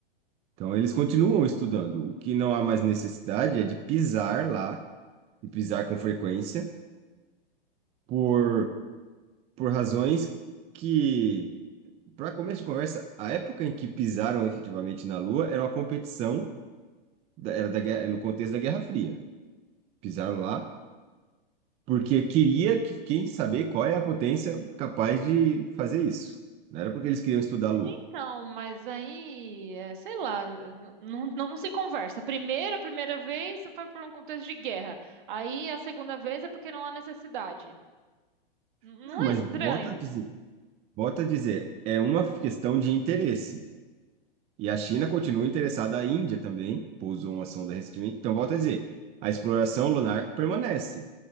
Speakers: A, on the right; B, on the right.
A: Então eles continuam estudando. O que não há mais necessidade é de pisar lá, e pisar com frequência por, por razões que, para começo de conversa, a época em que pisaram efetivamente na Lua era uma competição, da- era da, guerra- no contexto da Guerra Fria. Pisaram lá porque queria que quem saber qual é a potência capaz de fazer isso. Não era porque eles queriam estudar a Lua.
B: Então, mas aí, é, sei lá, n- não, não se conversa. Primeiro, a primeira vez foi por um contexto de guerra. Aí a segunda vez é porque não há necessidade. N-
A: Não,
B: Não
A: mas
B: é estranho?
A: volta a dizer, volta a dizer, é uma questão de interesse. E a China continua interessada, a Índia também pousou uma sonda recentemente. Então, volta a dizer, a exploração lunar permanece.